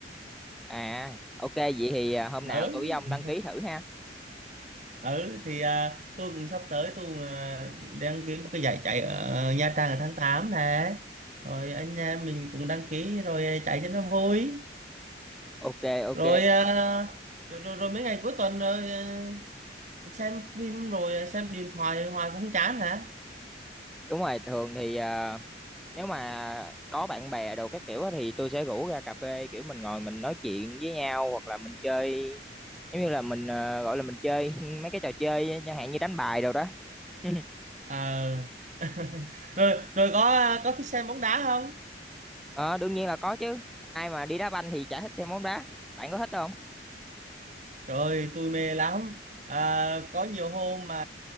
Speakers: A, in the centre; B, on the right.
A: à ok vậy thì ờ, hôm nào
B: ừ.
A: tôi với ông đăng ký thử ha
B: ừ thì à, tôi cũng sắp tới tôi cũng, à, đăng ký một cái giải chạy ở Nha Trang ở tháng 8 nè rồi anh em mình cũng đăng ký rồi chạy cho nó vui
A: ok ok
B: rồi à, rồi, rồi, rồi mấy ngày cuối tuần rồi, à, xem phim rồi xem điện thoại hoài cũng không chán hả
A: đúng rồi thường thì à, nếu mà có bạn bè đồ các kiểu á thì tôi sẽ rủ ra cà phê kiểu mình ngồi mình nói chuyện với nhau hoặc là mình chơi giống như là mình à, gọi là mình chơi <laughs> mấy cái trò chơi chẳng hạn như đánh bài đồ đó <laughs>
B: à. <laughs> rồi rồi có có thích xem bóng đá không
A: ờ đương nhiên là có chứ ai mà đi đá banh thì chả thích xem bóng đá bạn có thích không
B: Rồi tôi mê lắm à, có nhiều hôm mà